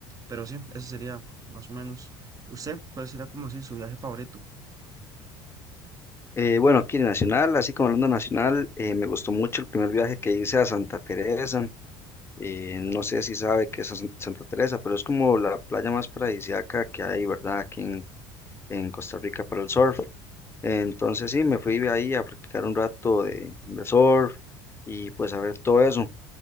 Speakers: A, on the right; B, on the left.
A: pero sí, ese sería más o menos. ¿Usted cuál sería como si su viaje favorito?
B: Eh, bueno, aquí nacional, así como hablando nacional, eh, me gustó mucho el primer viaje que hice a Santa Teresa. Eh, no sé si sabe qué es San- Santa Teresa, pero es como la playa más paradisíaca que hay, ¿verdad? Aquí en, en Costa Rica para el surf. Entonces sí, me fui ahí a practicar un rato de, de surf y pues a ver todo eso